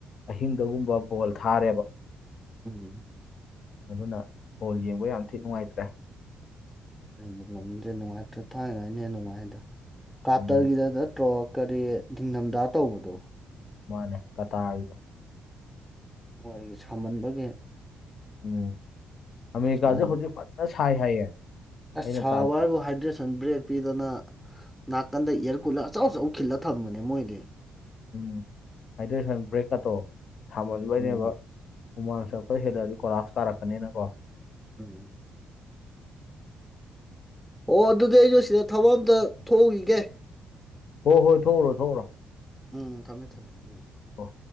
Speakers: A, on the left; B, in the centre.
A: ꯑꯍꯤꯡꯗꯒꯨꯝꯕ ꯕꯣꯜ ꯊꯥꯔꯦꯕ
B: ꯎꯝ
A: ꯑꯗꯨꯅ ꯕꯣꯜ ꯌꯦꯡꯕ ꯌꯥꯝ ꯊꯤ ꯅꯨꯡꯉꯥꯏꯇ꯭ꯔꯦ
B: ꯑꯩꯃꯨꯛ ꯉꯟꯁꯦ ꯅꯨꯡꯉꯥꯏꯇ꯭ꯔꯦ ꯊꯥꯡꯉꯩꯅꯦ ꯅꯨꯡꯉꯥꯏꯗ ꯀꯥꯇꯔꯒꯤꯗ
A: ꯎꯝ
B: ꯅꯠꯇ꯭ꯔꯣ ꯀꯔꯤ ꯅꯤꯡꯊꯝꯊꯥ ꯇꯧꯕꯗꯣ
A: ꯃꯥꯅꯦ ꯀꯇꯥꯔꯤꯗꯣ
B: ꯃꯣꯏꯒꯤ ꯁꯥꯃꯟꯕꯒꯤ
A: ꯎꯝ ꯑꯃꯦꯔꯤꯀꯥꯥꯁꯦ
B: ꯎꯝ
A: ꯍꯧꯖꯤꯛ ꯐꯖꯅ ꯁꯥꯏ ꯍꯥꯏꯌꯦ
B: ꯑꯁ
A: ꯑꯩꯅ
B: ꯁꯥꯕ
A: ꯇꯥꯕ
B: ꯍꯥꯏꯕꯨ ꯍꯥꯏꯗ꯭ꯔꯦꯁꯟ ꯕ꯭ꯔꯦꯛ ꯄꯤꯗꯅ ꯅꯥꯀꯟꯗ ꯏꯌꯥꯔ ꯀꯨꯂꯔ ꯑꯆꯧ ꯑꯆꯧ ꯈꯤꯜꯂ ꯊꯝꯕꯅꯦ ꯃꯣꯏꯗꯤ
A: ꯎꯝ ꯍꯥꯏꯗꯔꯦ ꯁꯟ ꯕ꯭ꯔꯦꯛꯀꯛꯇꯣ ꯁꯥꯃꯟꯕꯩꯅꯦꯕ
B: ꯎꯝ
A: ꯎꯨꯃꯥꯡꯁ ꯈꯔ
B: ꯎꯝ
A: ꯍꯦꯜꯂꯛꯑꯗꯤ ꯀꯣꯂꯥꯞꯁ ꯀꯥꯔꯛꯀꯅꯤꯅꯀꯣ
B: ꯎꯝ ꯑꯣ ꯑꯗꯨꯗꯤ ꯑꯩꯩꯅꯣ ꯁꯤꯗ ꯊꯕꯛ ꯑꯝꯇ ꯊꯣꯛꯎꯈꯤꯒꯦ
A: ꯍꯣꯏ ꯍꯣꯏ ꯊꯣꯛꯎꯔꯣ ꯊꯣꯛꯎꯔꯣ
B: ꯎꯝ ꯊꯝꯃꯦ ꯊꯝꯃꯦ ꯎꯝ
A: ꯍꯣ ꯍꯣꯏ